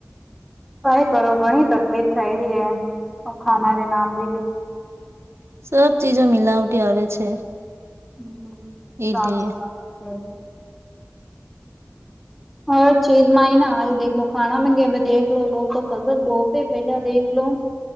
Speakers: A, in the centre; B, on the right (about 60°).
A: કાય કરો ઘણી તકલીફ થઈ રહી હે ખાનારી નામ બી બી.
B: સબ ચીજો મિલાવટી આવે છે.
A: હમ
B: એટલે
A: સાચી વાત છે. હરેક ચીજમાંય ના હિ દેખલો. ખાના મગે ભ દેખલો લો તો ફજલ બહતે પહેલા દેખ લો.